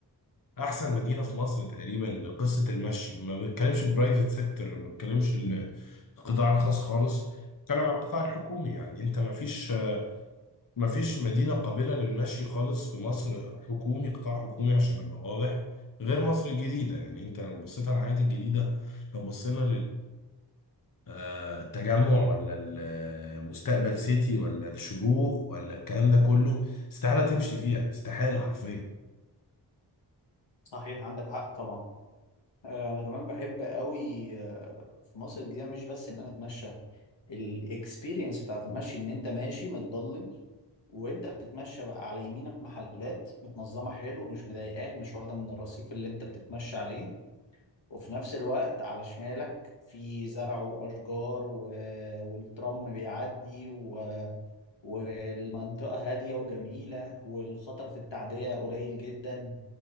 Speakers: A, on the left; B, on the left.
A: احسن مدينه في مصر تقريبا لقصه المشي ما بنتكلمش البرايفت سيكتور ما بنتكلمش ال- القطاع الخاص خالص بنتكلم على القطاع الحكومي يعني انت ما فيش مفيش مدينة قابلة للمشي خالص في مصر حكومي قطاع حكومي عشان أبقى واضح غير مصر الجديدة يعني أنت لو بصيت على الحاجات الجديدة لو بصينا للتجمع ولا المستقبل سيتي ولا الشروق ولا الكلام ده كله استحالة تمشي فيها استحالة حرفيا
B: صحيح عندك حق طبعا آه، انا كمان بحب قوي آه، في مصر الجديده مش بس ان انا اتمشى الاكسبيرينس بتاعت المشي ان انت ماشي متضلل وانت بتتمشى بقى على يمينك محلات متنظمه حلو مش مضايقاك مش واخده من الرصيف اللي انت بتتمشى عليه وفي نفس الوقت على شمالك في زرع وأشجار و... والترام بيعدي و... والمنطقة هادية وجميلة والخطر في التعدية قليل جدا